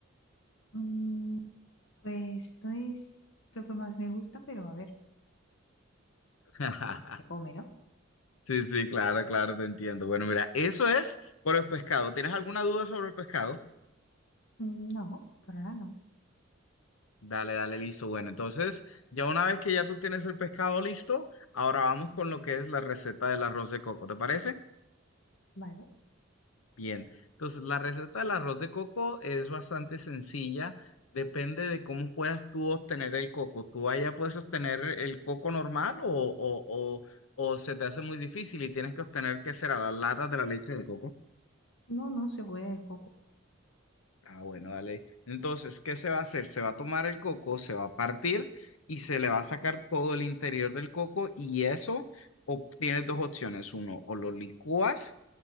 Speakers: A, on the left; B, on the left.
A: Mm, pues esto es lo que más me gusta, pero a ver,
B: <laughs>
A: se, se come, ¿no?
B: Sí, sí, claro, claro, te entiendo. Bueno, mira, eso es por el pescado. ¿Tienes alguna duda sobre el pescado?
A: Mm, No, por ahora no.
B: Dale, dale, listo. Bueno, entonces, ya una vez que ya tú tienes el pescado listo, ahora vamos con lo que es la receta del arroz de coco, ¿te parece?
A: Vale.
B: Bien. Entonces, la receta del arroz de coco es bastante sencilla. Depende de cómo puedas tú obtener el coco. ¿Tú allá puedes obtener el coco normal o, o, o, o se te hace muy difícil y tienes que obtener, ¿qué será? Las latas de la leche de coco.
A: No, no se puede el coco.
B: Ah, bueno, dale. Entonces, ¿qué se va a hacer? Se va a tomar el coco, se va a partir y se le va a sacar todo el interior del coco y eso ob- tienes dos opciones. Uno, o lo licúas